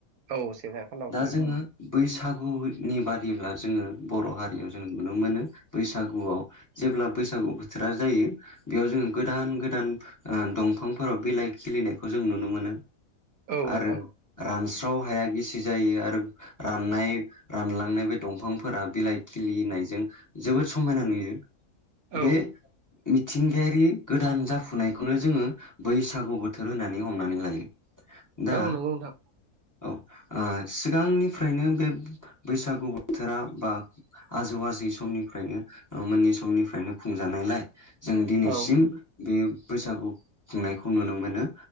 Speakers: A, on the right (about 80°); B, on the left (about 15°).
A: औ से खालाराव
B: दा
A: फैयो
B: जोङो बैसागुनि बादिब्ला जोङो बर' हारियाव जों नुनो मोनो बैसागुआव जेब्ला बैसागु बोथोरा जायो बेयाव जोङो गोदान गोदान ओ दंफां फोराव बिलाइ खिलिनायखौ जों नुनो मोनो
A: औ
B: आरो
A: नोंथां
B: रानस्राव हाया गिसि जायो आरो राननाय रानलांनाय बे दंफांफोरा बिलाइ खिलिनायजों जोबोद समायना नुयो। बे
A: औ
B: मिथिंगायारि गोदान जाफुनायखौनो जोङो बैसागु बोथोर होननानै हमनानै लायो दा
A: औ नंगौ नोंथां
B: औ ओ सिगांनिफ्रायनो बे बैसागु बोथोरा बा आजौ आजै समनिफ्रायनो मोनि समनिफ्रायनो खुंजानायलाय जों दिनैसिम
A: औ
B: बे बैसागु खुंनायखौ नुनो मोनो।